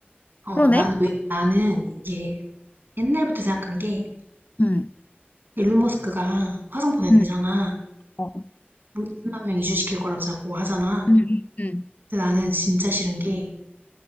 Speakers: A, on the right; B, on the left.
A: 어,
B: 그러네?
A: 난 왜, 나는 이게 옛날부터 생각한 게,
B: 응.
A: 일론 머스크가 화성 보낸대잖아.
B: 응. 어.
A: 뭐 20만 명 이주시킬 거라고 자꾸 하잖아.
B: 응. 응. 응.
A: 근데 나는 진짜 싫은 게,